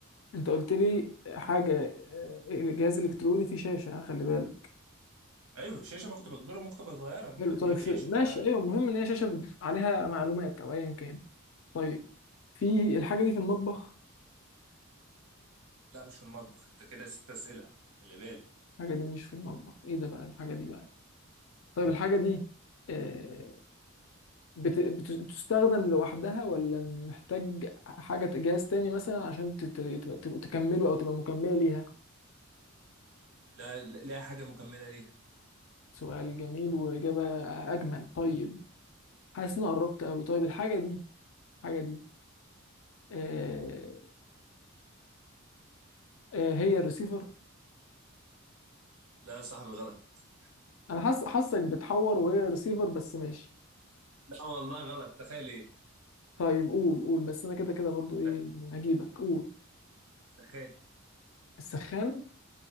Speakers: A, on the left; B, on the right.
A: انت قلت لي حاجه آه، جهاز الكتروني فيه شاشه آه، خلي بالك
B: ايوه الشاشه ما كنت بكبيره ممكن تبقى صغيره ممكن
A: حلو طيب
B: هي
A: في-
B: شاشه
A: ماشي
B: فعلا
A: ايوه المهم ان هي شاشه ب- عليها معلومات او ايا كان طيب في الحاجه دي في المطبخ
B: لا مش في المطبخ انت كده ست اسئله خلي بالك
A: الحاجه دي مش في المطبخ ايه ده بقى الحاجه دي بقى طيب الحاجه دي آه، بت- بت- بتستخدم لوحدها ولا محتاج حاجه جهاز تاني مثلا عشان تت- تت- تكمله او تبقى مكمله ليها
B: لا لا لا حاجه مكمله ليها
A: سؤال جميل واجابه اجمل طيب حاسس اني قربت قوي طيب الحاجه دي الحاجه دي آه، آه، هي الريسيفر
B: لا يا صاحبي غلط
A: انا حاسس حاسك بتحور وهي الريسيفر بس ماشي
B: لا والله غلط تخيل ايه
A: طيب قول قول بس انا كده كده برضو ايه
B: سخ-
A: يعني هجيبك قول
B: سخان
A: السخان